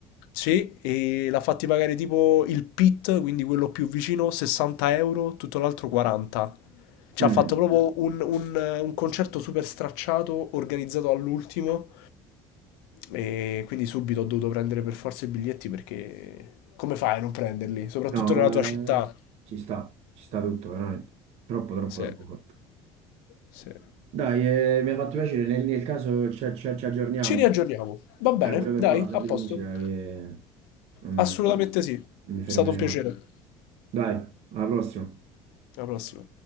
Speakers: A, on the left; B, on the right.
A: Sì, e l'ha fatti pagare tipo il pit, quindi quello più vicino, 60 euro, tutto l'altro 40. Ci
B: Mm.
A: ha fatto proprio un, un- eh, un concerto super stracciato, organizzato all'ultimo. E quindi subito ho dovuto prendere per forza i biglietti perché come fai a non prenderli? Soprattutto
B: No,
A: nella tua città.
B: eh, ci sta, ci sta tutto, veramente. Troppo, troppo,
A: Sì,
B: troppo forte.
A: sì.
B: Dai, eh, mi ha fatto piacere, nel, nel caso ci, ci- ci aggiorniamo.
A: Ci riaggiorniamo. Va
B: Dai,
A: bene,
B: pure per
A: dai,
B: parlare sempre
A: a posto.
B: di musica, che non
A: Assolutamente sì. È
B: non mi fermerei
A: stato un piacere.
B: mai. Dai, alla prossima.
A: Alla prossima.